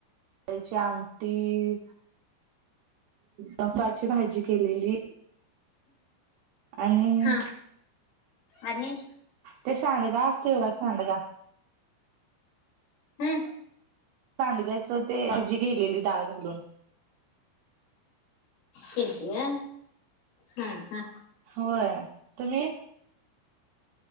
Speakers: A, on the right; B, on the left.
A: त्याची आमटी तची भाजी केलेली. आणि
B: हा आणि
A: ते सांडगा असतय बघा सांडगा
B: हम्म
A: सांडग्याच ते भजी केेलेली डाळ घालून
B: फिरतीया हा, हा
A: होय तुम्ही